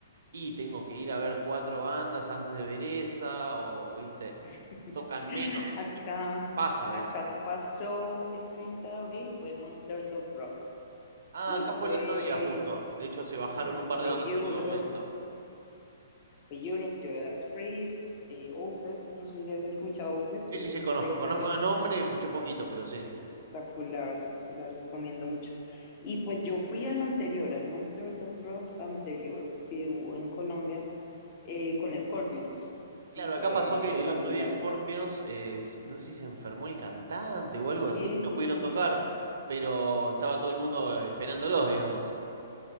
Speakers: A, on the right (about 55°); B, on the left (about 35°).
A: y tengo que ir a ver cuatro bandas antes de ver esa, o viste,
B: <laughs>
A: tocan menos,
B: Acá,
A: pasa a veces.
B: acá pasó el 30 de abril, fue Monsters of Rock
A: Ah,
B: y
A: acá
B: fue,
A: fue el otro día justo. De hecho, se bajaron
B: ajá,
A: un par
B: fue
A: de bandas
B: Europe
A: en último momento.
B: Europe, Judas Priest, eh, Opeth, no sé si has escuchado Opeth,
A: Sí,
B: que
A: sí,
B: es
A: sí, conozco.
B: sueca,
A: Conozco
B: es
A: de nombre, escuché poquito, pero sí.
B: espectacular, te la recomiendo mucho. Y pues yo fui al anterior, al Monsters of Rock anterior que hubo en Colombia eh, con Scorpions
A: Claro,
B: y fue
A: acá pasó
B: espectacular.
A: que el otro día Scorpions, eh, se- no sé si se enfermó el cantante o algo así,
B: Sí,
A: no
B: sí,
A: pudieron
B: sí,
A: tocar, pero estaba todo el mundo esperándolos, digamos.